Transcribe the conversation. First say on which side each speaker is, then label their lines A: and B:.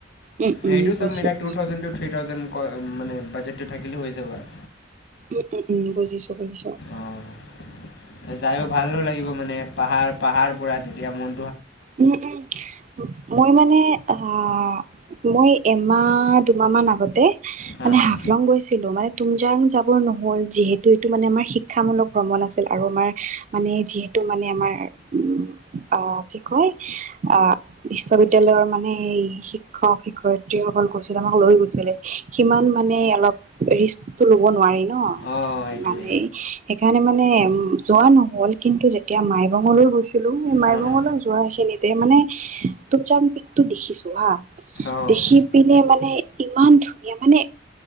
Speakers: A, on the right (about 40°); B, on the left (about 75°).
A: উম
B: সেইটো
A: উম বুজিছো
B: চব মিলাই
A: বুজিছো
B: টু টু থাউজেণ্ড
A: উম
B: টু থ্ৰী থাউজেণ্ডকৈ মানে বাজেটটো থাকিলে হৈ যাব আৰু।
A: উম - উম - উম, বুজিছোঁ - বুজিছোঁ।
B: অঁ যায়ো ভালো লাগিব মানে, পাহাৰ- পাহাৰ পুৰা তেতিয়া মোন
A: উম - উম, মই মানে অ'- মই এমাহ দুমাহমান আগতে
B: হাঁ
A: মানে
B: হাঁ
A: হাফলং গৈছিলোঁ। মানে তুমজাং যাম নহ'ল, যিহেতু এইটো মানে আমাৰ শিক্ষামূলক ভ্ৰমণ আছিল আৰু আমাৰ মানে যিহেতু মানে আমাৰ উম আ- কি কয়, অ' বিশ্ববিদ্যালয়ৰ মানে শিক্ষক-শিক্ষয়্ যিসকল গৈছিলে আমাক লৈ গৈছিলে, সিমান মানে অলপ ৰিস্কটো ল'ব নোৱাৰি ন'।
B: অঁ সেইটোৱে
A: মানে, সেইকাৰণে মানে উম যোৱা নহ'ল। কিন্তু তিয়া মাইবঙলৈ গৈছিলোঁ। সেই মাইবঙলৈ
B: হা হা
A: যোৱা সেই তে মানে তুমজাং পিকটো দেখিছোঁ, হা।
B: অ',
A: দেখি পিনে মানে ইমান ধুনীয়া মানে